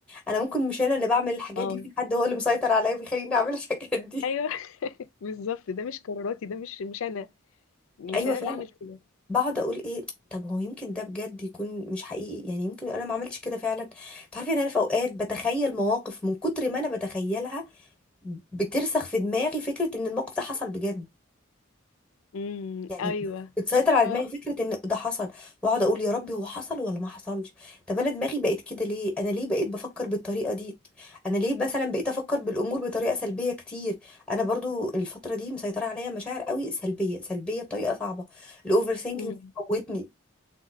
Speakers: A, in the centre; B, on the left.
A: انا ممكن مش انا اللي بعمل الحاجات
B: اه
A: دي في حد هو اللي مسيطر عليا بيخليني اعمل الحاجات دي
B: ايوه <laughs> بالظبط ده مش قراراتي ده مش مش انا مش
A: ايوه
B: انا
A: فعلا
B: اللي عمل كده
A: بقعد اقول ايه طب هو يمكن ده بجد يكون مش حقيقي يعني يمكن انا ما عملتش كده فعلا تعرفي ان انا في اوقات بتخيل مواقف من كتر ما انا بتخيلها بترسخ في دماغي فكره ان الموقف ده حصل بجد
B: امم
A: يعني
B: ايوه
A: بتسيطر على
B: اه
A: دماغي فكرة ان ده حصل واقعد اقول يا ربي هو حصل ولا ما حصلش طب انا دماغي بقت كده ليه انا ليه بقيت بفكر بالطريقة دي انا ليه مثلا بقيت افكر بالامور بطريقة سلبية كتير انا برضو الفترة دي مسيطرة عليا مشاعر قوي سلبية سلبية بطريقة صعبة الاوفر ثينكينج
B: امم
A: موتني